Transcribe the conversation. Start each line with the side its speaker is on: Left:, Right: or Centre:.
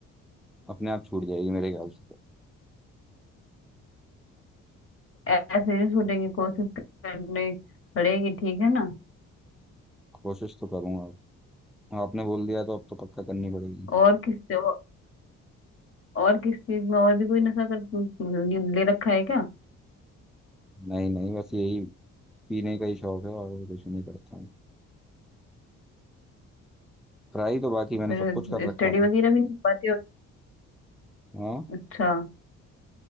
Centre: अपने आप छूट जाएगी मेरे ख्याल से
Left: ऐ- ऐसे नहीं छूटेगी कोशिश करनी पड़ेगी ठीक है ना
Centre: कोशिश तो करूंगा आपने बोल दिया तो अब तो पक्का करनी पड़ेगी
Left: और किस और और किस चीज में और भी कोई नशा कर ले ले रखा है क्या
Centre: नहीं नहीं बस यही पीने का ही शौक है और कुछ नहीं करता हूँ ट्राई तो बाकी
Left: फिर
Centre: मैंने सब कुछ कर
Left: स्टडी
Centre: रखा है
Left: वगैरह भी नहीं हो पाती होगी।
Centre: हाँ
Left: अच्छा